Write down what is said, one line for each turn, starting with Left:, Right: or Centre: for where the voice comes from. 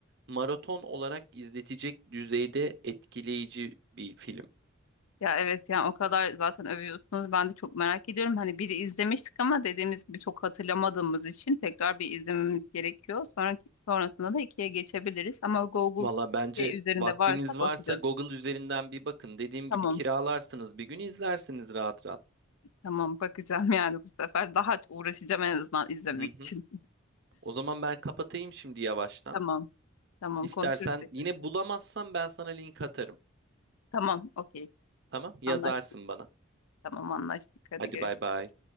Right: maraton olarak izletecek düzeyde etkileyici bir film.
Left: Ya evet yani o kadar zaten övüyorsunuz. Ben de çok merak ediyorum. Hani biri izlemiştik ama dediğimiz gibi çok hatırlamadığımız için tekrar bir izlememiz gerekiyor. Sonraki sonrasında da ikiye geçebiliriz. Ama Google
Right: Valla bence
Left: şey üzerinde
Right: vaktiniz
Left: varsa
Right: varsa
Left: bakacağız.
Right: Google üzerinden bir bakın. Dediğim
Left: Tamam.
Right: gibi kiralarsınız bir gün izlersiniz rahat rahat.
Left: Tamam bakacağım <laughs> yani bu sefer. Daha uğraşacağım en azından izlemek
Right: Hı
Left: için.
Right: hı. O zaman ben kapatayım şimdi yavaştan.
Left: Tamam. Tamam
Right: İstersen
Left: konuşuruz tekrar.
Right: yine bulamazsam ben sana link atarım.
Left: Tamam. Okey.
Right: Tamam? Yazarsın
Left: Anlaştık.
Right: bana.
Left: Tamam anlaştık. Hadi
Right: Hadi
Left: görüşürüz.
Right: bay bay.